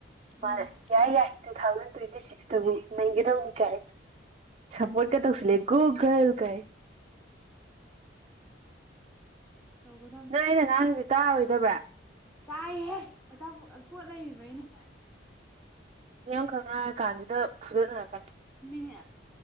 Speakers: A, in the centre; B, on the right.
A: ꯎꯝ ꯎꯝ
B: ꯃꯥꯅꯦ ꯌꯥꯏ ꯌꯥꯏ ꯇꯨ ꯊꯥꯎꯖꯟ ꯇ꯭ꯋꯦꯟꯇꯤ ꯁꯤꯛꯁꯇꯕꯨ ꯅꯩꯒꯗꯧꯅꯤ ꯀꯥꯏ ꯁꯄꯣꯔꯠꯀ ꯇꯧꯁꯤꯜꯂꯦ ꯒꯨ ꯒꯔꯜ ꯀꯥꯏ
A: ꯇꯧꯒꯗ
B: ꯅꯪ ꯑꯩꯅ ꯉꯥꯡꯉꯤꯁꯦ ꯇꯥꯔꯣꯏꯗꯕ꯭ꯔꯥ
A: ꯀꯥꯏ ꯍꯦ ꯑ ꯄꯣꯠ ꯂꯩꯔꯤꯕꯩꯅꯦ
B: ꯃꯤꯌꯥꯝ ꯈꯪꯅꯔ ꯀꯥꯟꯁꯤꯗ ꯐꯨꯗꯠꯅꯔꯛꯀꯅꯤ
A: ꯃꯤꯅꯤ